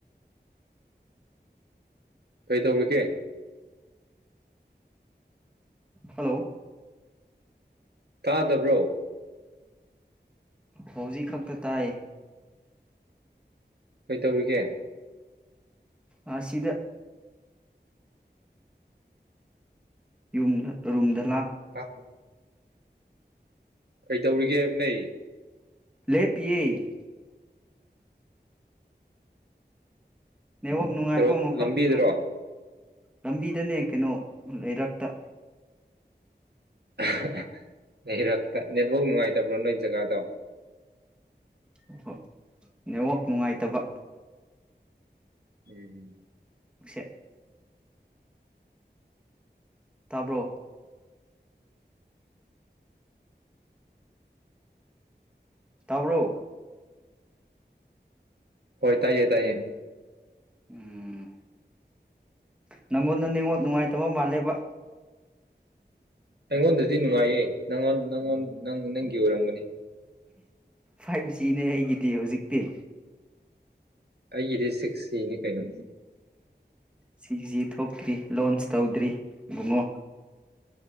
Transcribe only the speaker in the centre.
ꯍꯜꯂꯣ
ꯍꯧꯖꯤꯛ ꯈꯛꯇ ꯇꯥꯏ
ꯑ ꯁꯤꯗ ꯌꯨꯝꯗꯨꯝꯗ
ꯂꯦꯞꯩ ꯅꯦꯠꯋꯥꯛ ꯅꯨꯡꯉꯥꯏꯕ
ꯃꯐꯝ
ꯈꯔ ꯂꯝꯕꯤꯗꯅꯦ ꯀꯩꯅꯣ ꯂꯩꯔꯛꯇ
ꯎ ꯍꯣꯏ ꯅꯦꯠꯋꯥꯛ ꯅꯨꯡꯉꯥꯏꯇꯕ
ꯁꯦ ꯇꯥꯕ꯭ꯔꯣ ꯇꯕ꯭ꯔꯣ
ꯎꯝ ꯅꯪꯉꯣꯟꯗ ꯉꯣꯟ ꯅꯨꯡꯉꯥꯏꯇꯕ ꯃꯥꯜꯂꯦꯕ
ꯐꯥꯏꯚ ꯖꯤꯅꯦ ꯑꯩꯒꯤꯗꯤ ꯍꯧꯖꯤꯛꯇꯤ
ꯁꯤꯁꯤ ꯊꯣꯛꯇ꯭ꯔꯤ ꯂꯣꯟꯁ ꯇꯧꯗ꯭ꯔꯤ ꯕꯨꯡꯉꯣ